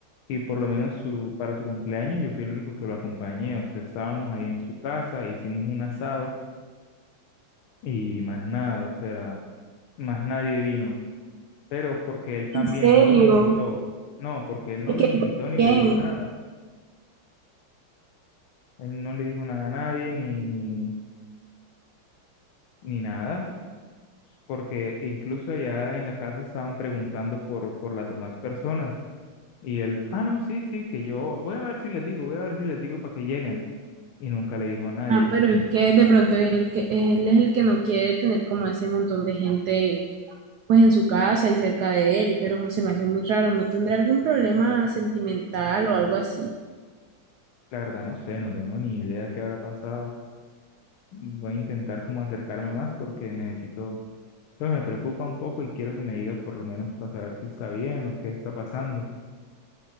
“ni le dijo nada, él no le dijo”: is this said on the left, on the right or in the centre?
Left